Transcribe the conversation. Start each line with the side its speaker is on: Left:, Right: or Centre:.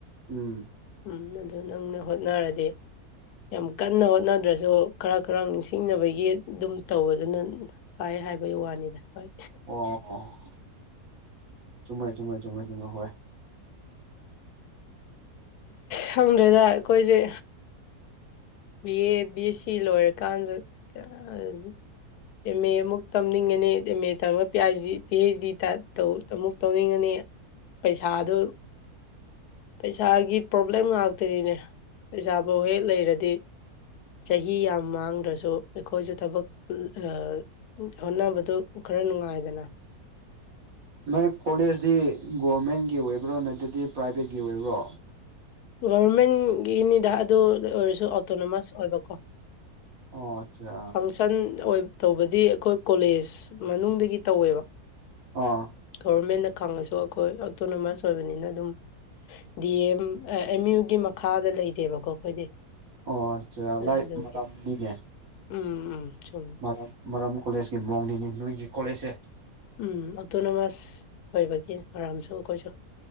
Right: ꯎꯝ
Left: ꯎꯝ ꯑꯗꯨ ꯅꯪꯅ ꯍꯣꯠꯅꯔꯗꯤ ꯌꯥꯝ ꯀꯟꯅ ꯍꯣꯠꯅꯗ꯭ꯔꯁꯨ ꯈꯔ ꯈꯔ ꯅꯤꯡꯁꯤꯡꯅꯕꯒꯤ ꯑꯗꯨꯝ ꯇꯧꯕꯗꯨꯅ ꯄꯥꯏ ꯍꯥꯏꯕꯩ ꯋꯥꯅꯤꯗ ꯍꯣꯏ
Right: ꯑꯣ ꯆꯨꯝꯃꯦ ꯆꯨꯝꯃꯦ ꯆꯨꯝꯃꯦ ꯆꯨꯝꯃꯦ ꯍꯣꯏ
Left: ꯈꯪꯗ꯭ꯔꯦꯗ ꯑꯩꯈꯣꯏꯁꯦ ꯕꯤ꯬ꯑꯦ ꯕꯤ꯬ꯑꯦꯁ꯬ꯁꯤ ꯂꯣꯏꯔ ꯀꯥꯟꯗ ꯀꯥꯏꯗꯅꯣ ꯑꯦꯝ꯬ꯑꯦ ꯑꯃꯨꯛ ꯇꯝꯅꯤꯡꯉꯅꯤ ꯑꯦꯝ꯬ꯑꯦ ꯇꯝꯃ ꯄꯤ꯬ꯑꯥꯏ꯬ꯖꯤ ꯄꯤ꯬ꯑꯩꯩꯆ꯬ꯗꯤ ꯇꯥ ꯇꯧ ꯑꯃꯨꯛ ꯇꯧꯅꯤꯡꯉꯅꯤ ꯄꯩꯁꯥꯗꯨ ꯄꯩꯁꯥꯒꯤ ꯄ꯭ꯔꯣꯕ꯭ꯂꯦꯝ ꯉꯥꯛꯇꯅꯤꯅꯦ ꯄꯩꯁꯥꯕꯨ ꯍꯦꯛ ꯂꯩꯔꯗꯤ ꯆꯍꯤ ꯌꯥꯝ ꯃꯥꯡꯗ꯭ꯔꯁꯨ ꯑꯩꯈꯣꯏꯁꯨ ꯊꯥꯕꯛ ꯑꯥ ꯍꯣꯠꯅꯕꯗꯨ ꯈꯔ ꯅꯨꯡꯉꯥꯏꯗꯅ
Right: ꯅꯣꯏ ꯀꯣꯂꯦꯖꯇꯤ ꯒꯣꯚꯃꯦꯟꯒꯤ ꯑꯣꯏꯕ꯭ꯔꯣ ꯅꯠꯇ꯭ꯔꯗꯤ ꯄ꯭ꯔꯥꯏꯚꯦꯠꯀꯤ ꯑꯣꯏꯕ꯭ꯔꯣ
Left: ꯒꯣꯚꯔꯃꯦꯟꯒꯤꯅꯤꯗ ꯑꯗꯨ ꯑꯣꯏꯔꯁꯨ ꯑꯣꯇꯣꯅꯣꯃꯁ ꯑꯣꯏꯕꯀꯣ
Right: ꯑꯣ ꯑꯠꯆꯥ
Left: ꯐꯪꯁꯟ ꯑꯣꯏ ꯇꯧꯕꯗꯤ ꯑꯩꯈꯣꯏ ꯀꯣꯂꯦꯖ ꯃꯅꯨꯡꯗꯒꯤ ꯇꯧꯋꯦꯕ
Right: ꯑꯣ
Left: ꯒꯣꯕꯔꯃꯦꯟꯅ ꯈꯪꯉꯁꯨ ꯑꯩꯈꯣꯏ ꯑꯣꯇꯣꯅꯣꯃꯁ ꯑꯣꯏꯕꯅꯤꯅ ꯑꯗꯨꯝ ꯗꯤ꯬ꯑꯦꯝ ꯑꯦꯝ꯬ꯌꯨꯒꯤ ꯃꯈꯥꯗ ꯂꯩꯇꯦꯕꯀꯣ ꯑꯩꯈꯣꯏꯗꯤ
Right: ꯑꯣ ꯆꯥ ꯂꯥꯏꯛ
Left: ꯑꯗꯨꯒꯤ
Right: ꯃꯔꯝꯅꯤꯅꯦ
Left: ꯎꯝ ꯎꯝ ꯆꯨꯝꯃꯦ
Right: ꯃꯔꯥꯝ ꯃꯔꯥꯝ ꯀꯣꯂꯦꯖꯀꯤ ꯃꯑꯣꯡꯅꯤꯅꯦ ꯅꯣꯏꯒꯤ ꯀꯣꯂꯦꯖꯁꯦ
Left: ꯎꯝ ꯑꯣꯇꯣꯅꯣꯃꯁ ꯑꯣꯏꯕꯒꯤ ꯃꯔꯥꯝꯁꯨ ꯑꯩꯈꯣꯏꯁꯨ